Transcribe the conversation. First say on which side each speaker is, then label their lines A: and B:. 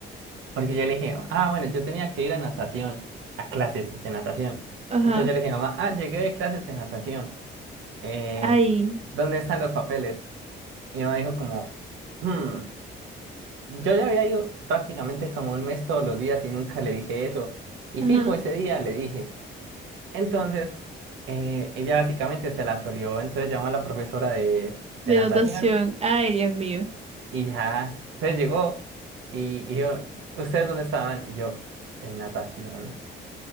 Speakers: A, on the right; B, on the right.
A: porque yo le dije, ah, bueno, yo tenía que ir a natación, a clases de natación.
B: Ajá.
A: Entonces yo le dije, mamá, ah, llegué de clases de natación eh,
B: Ay.
A: ¿dónde están los papeles? Y mi mamá dijo como, "Hmm, yo ya había ido prácticamente como un mes todos los días y nunca le dije eso. Y
B: Ajá.
A: fijo, ese día le dije. Entonces, eh, ella básicamente se la solió, entonces llamó a la profesora de,
B: De
A: de natación
B: natación. Ay, Dios mío.
A: y ya, entonces llegó y, y yo, ¿ustedes dónde estaban? Y yo, en natación,